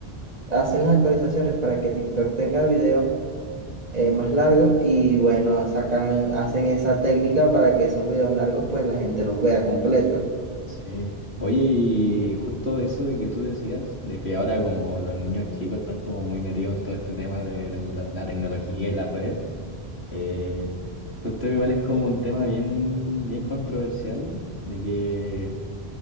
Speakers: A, on the right; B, on the left.
A: hacen las actualizaciones para que TikTok tenga videos eh, más largos y bueno, sacan, hacen esa técnica para que esos videos largos pues la gente los vea completos.
B: Sí. Oye, y justo eso de que tú decías, de que ahora como los niños chicos están como muy metidos en todo este tema de, de la la tecnología y las redes, eh, justo igual es como un tema bien, bien controversial, de que